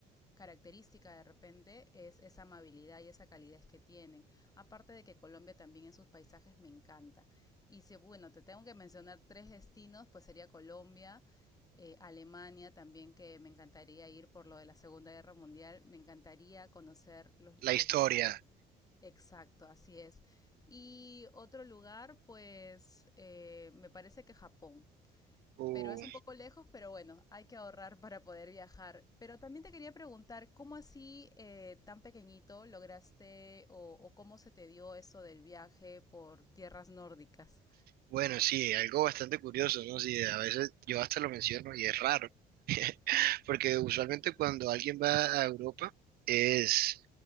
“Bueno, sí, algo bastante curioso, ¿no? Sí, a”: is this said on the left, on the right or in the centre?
Right